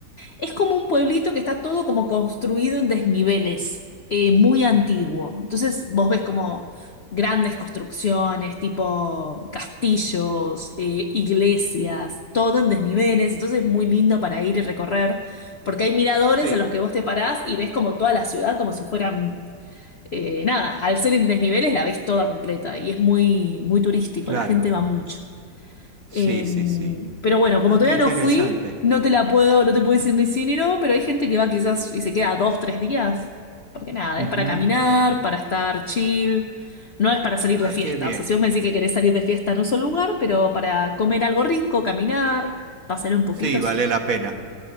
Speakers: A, on the left (about 60°); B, on the right (about 55°).
A: Es como un pueblito que está todo como construido en desniveles, eh, muy antiguo.
B: Ujú.
A: Entonces vos ves como
B: Ah,
A: grandes construcciones, tipo castillos, eh, iglesias, todo en desniveles. Entonces es muy lindo para ir y recorrer, porque hay miradores
B: sí,
A: en los que vos te parás y ves como toda la ciudad como si fueran eh, nada, al ser en desniveles la ves toda completa y es muy, muy turístico,
B: claro.
A: la gente va mucho.
B: Sí,
A: Eh,
B: sí, sí.
A: pero bueno, como
B: Ah,
A: todavía
B: qué interesante.
A: no fui, no te la puedo, no te puedo decir ni sí ni no, pero hay gente que va quizás y se queda dos, tres días, porque nada,
B: Ujú,
A: es para caminar,
B: ujú.
A: para estar chill, no es para salir
B: Ah,
A: de fiesta.
B: qué bien.
A: O sea, si vos me decís que querés salir de fiesta, no es un lugar, pero para comer algo rico, caminar, pasear un poquito,
B: Sí, vale
A: sí.
B: la pena.